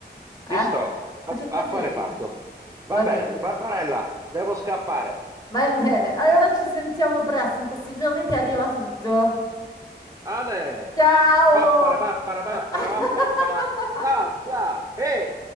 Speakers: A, on the left; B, on the right.
A: Eh?
B: Ci sto. A-
A: Faccio
B: affare
A: così?
B: fatto. Va
A: Va
B: bene,
A: bene,
B: Barbarella, devo scappare.
A: va bene. Allora ci sentiamo presto, in questi giorni ti arriva tutto.
B: Ale!
A: Ciao!
B: Pappara pappara pappara
A: <laughs>
B: pappara. Ciao, ciao. Ehi!